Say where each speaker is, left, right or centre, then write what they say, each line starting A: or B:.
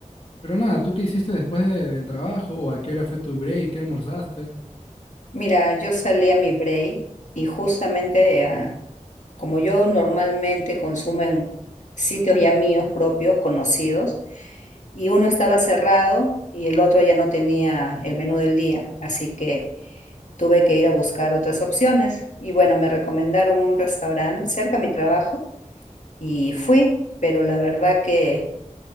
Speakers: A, on the left; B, on the left.
A: Pero nada, ¿tú qué hiciste después de- del trabajo o a qué hora fue tu break? ¿Qué almorzaste?
B: Mira, yo salí a mi break y justamente ah, como yo normalmente consumo en sitios ya míos propios, conocidos, y uno estaba cerrado y el otro ya no tenía el menú del día, así que tuve que ir a buscar otras opciones. Y bueno, me recomendaron un restaurante cerca de mi trabajo y fui, pero la verdad que